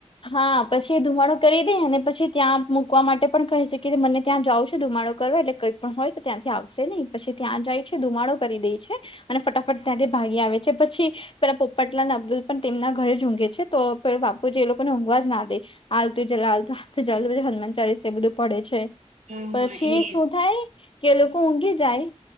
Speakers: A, on the left; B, on the right.
A: હા પછી ધુમાડો કરી દે અનેને પછી ત્યાં મૂકવા માટે પણ કહે છે કે મને ત્યાં જાવશે ધુમાડો કરવા એટલે કંઈ પણ હોય, તો ત્યાંથી આવશે નહી પછી ત્યાં ધુમાડો કરી દે છે અને ફટાફટ ત્યાં ભાગી આવે છે, પછી પેલા પોપટલા અબ્દુલ પણ તેમના ઘરે ઝુંઘે છે, તો બાપુ જે લોકો ને ઊઘવા જ ના દે આલતું જ આલતું હનુમાન ચાલીસ એ બધું પડે છે.
B: હમ
A: પછી
B: હા એજ
A: શું થાય કે લોકો ઊંઘી જાય,